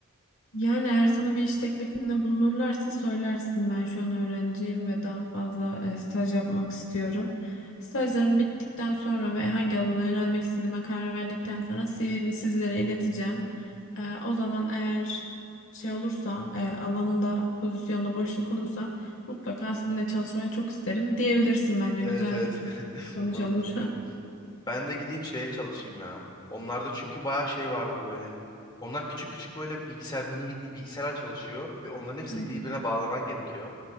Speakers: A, on the left; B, on the left.
A: Yani eğer sana bir iş teklifinde bulunurlarsa söylersin ben şu an öğrenciyim ve daha fazla e, staj yapmak istiyorum. Stajlarım bittikten sonra ve hangi alana yönelmek istediğime karar verdikten sonra CV'mi sizlere ileteceğim. E, o zaman eğer şey olursa e, alanında pozisyonda boşluk olursa mutlaka sizinle çalışmayı çok isterim diyebilirsin bence
B: Evet
A: güzel
B: evet
A: bir
B: <laughs>
A: sonuç
B: mantıklı.
A: olur. <laughs>
B: Ben de gideyim şeye çalışayım ya. Onlarda çünkü bayağı şey vardı böyle. Onlar küçük küçük böyle bilgisayar, mini bilgi- bilgisayarlar çalışıyor ve onların hepsini
A: Hı hı.
B: birbirine bağlaman gerekiyor.